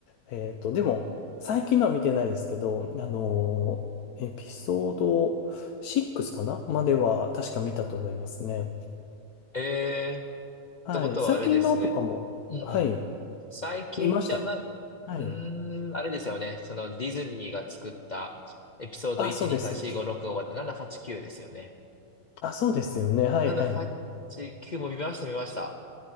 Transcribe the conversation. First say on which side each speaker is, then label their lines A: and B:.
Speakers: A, on the left; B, on the left.
A: えっと、でも、最近のは見てないですけど、あの、エピソード6かなまでは確か見たと思いますね。
B: えー、っ
A: はい。
B: てことはあれですね。
A: 最近のとかも、
B: うんうん。
A: はい。
B: 最近じゃない、
A: 見ました。はい。
B: うーん、あれですよね。そのディズニーが作ったエピソード1、
A: あ、そうです、
B: 2、3、
A: そうです。
B: 4、5、6終わって789ですよね。
A: あ、そうですよね。はい、
B: 789も見ました、
A: はい。
B: 見ました。